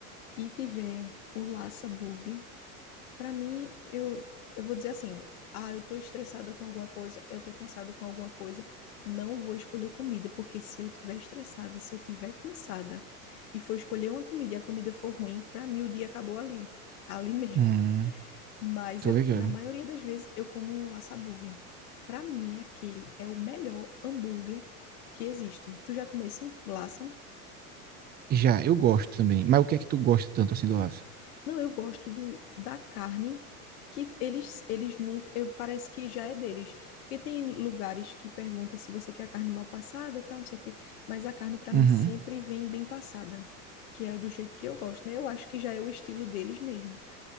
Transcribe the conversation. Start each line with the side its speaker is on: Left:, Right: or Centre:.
Left: e tiver o Laça Burger, pra mim, eu, eu vou dizer assim, ah, eu tô estressada com alguma coisa, eu tô cansada com alguma coisa, não vou escolher comida, porque se eu tiver estressada, se eu tiver cansada e for escolher uma comida e a comida for ruim, pra mim o dia acabou ali, ali <laughs> mesmo.
Right: Hum,
Left: Mas
Right: tô
Left: eu,
Right: ligado.
Left: na maioria das vezes eu como um laça hambúrguer. Para mim, aquele é o melhor hambúrguer que existe. Tu já comeu esse laça?
Right: Já, eu gosto também. Mas o que é que tu gosta tanto assim do laço?
Left: Não, eu gosto do, da carne que eles eles nunca, eu- parece que já é deles, porque tem lugares que perguntam se você quer a carne mal passada, tal, não sei o quê, mas a carne para
Right: Uhum.
Left: mim sempre vem bem passada, que é do jeito que eu gosto, né? Eu acho que já é o estilo deles mesmo.